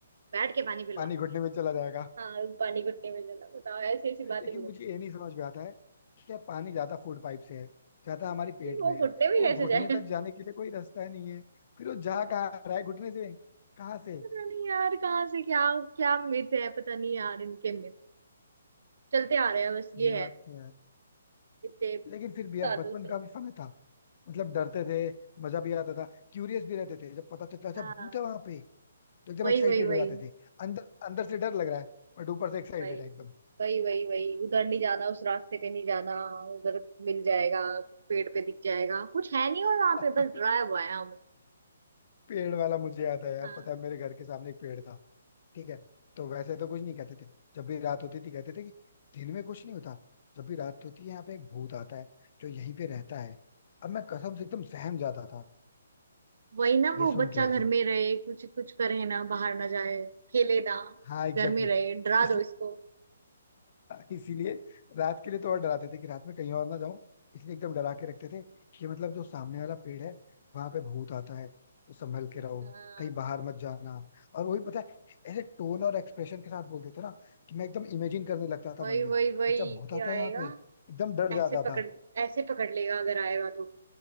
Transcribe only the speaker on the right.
बैठ के पानी पिलवाती
है
हाँ पानी घुटने में चला बताओ ऐसी ऐसी बातें
बोलती
है
वो
घुटने
भी
कैसे
जाए
पता नहीं यार कहाँ से क्या क्या मिथ है पता नहीं यार इनके मिथ चलते आ रहे हैं बस ये
है
इतने
सालों
से
हाँ
वही
वही वही
वही
वही वही वही उधर नहीं जाना उस रास्ते पे नहीं जाना उधर मिल जाएगा कुछ पेड़ पे दिख जाएगा कुछ है नहीं और वहां
पे बस डराया हुआ है हमें
हाँ
वही ना वो
बच्चा
घर
में रहे कुछ कुछ करे ना बाहर ना जाए खेले ना
घर में रहे डरा
दो इसको
हाँ
वही
वही
वही
क्या
आएगा
ऐसे पकड़
ऐसे पकड़ लेगा अगर आएगा तो